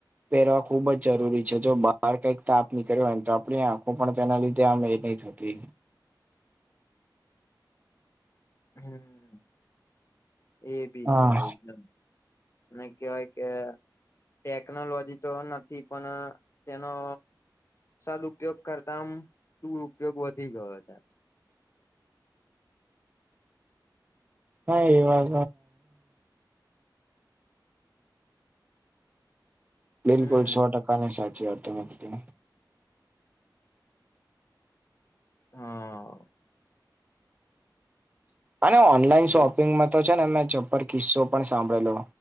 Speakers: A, on the right; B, on the left.
A: પહેરવા ખુબ જ જરૂરી છે, જો બહાર કંઈક તાપ નીકળે હોયને, તો આપણી આંખો પણ તેના લીધે હામ નહીં થતી.
B: હમ, એ બી
A: હા
B: છે, એકદમ. અને કેવાય કે. ટેકનોલોજી તો નથી, પણ તેનો. સદઉપયોગ કરતા, આમ દુર ઉપયોગ વધી ગયો છે.
A: હા, એવા પ્લેન
B: હમ
A: કોડ, સો ટકા ની સાચી વાત તમે કીધી.
B: હા.
A: અને ઓનલાઈન
B: એજ
A: શોપિંગમાં તો છે ને, મે ચપ્પર કિસ્સો પણ સાંભળેલો.